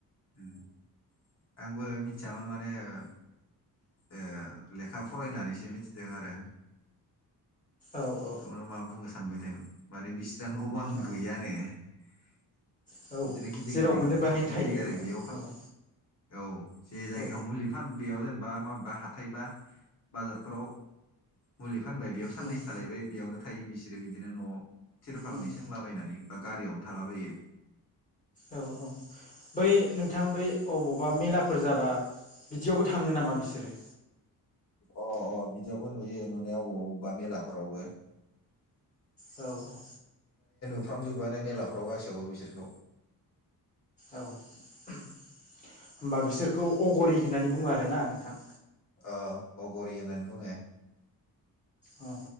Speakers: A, on the left (about 45°); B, on the left (about 20°).
A: आंबो मिचामोन माने ओ ए लेखा फरायनानैसो मिथिदों आरो
B: औ औ
A: <inaudible> बेखौनो मा बुंनो स सानबाय थोन माने बिस्रा न' ब आं
B: औ
A: गैयानो <inaudible>
B: औ
A: बिदिनो गिदिं
B: जेराव
A: गिदिं
B: मोननो बाहायनो
A: थाबथिंबायाय
B: थायो
A: बे
B: नामा औ
A: औ जे जायगायाव
B: औ
A: मुलि फानो ज बा माबेबा हाथाय बा बाजारफोराव मुलि फानबाय बेयाव साननैसो
B: उम
A: थालायबाय बेयावनो थायो बिसोरो बिदिनो न'आव थिरपालनि
B: उम
A: सोंलाबायनानै बा गारियावनो थालाबायो।
B: औ औ बै नोंथां बै अबावबा मेलाफोर जाबा बिदियावबो थाङो नामा बिसोरो
A: अ अ बिदिययबबो नुयो नुनायाव अबावबबा मेलाफोरावबो
B: औ औ
A: सानफ्रामजोबानो मेलाफ्राव गासैयावबो बिसोरखौ
B: औ होनोमबा बिसोरखौ अगरि होननानै बुङो आरोना नोंथां।
A: अ अगरि होननानै बुङो।
B: औ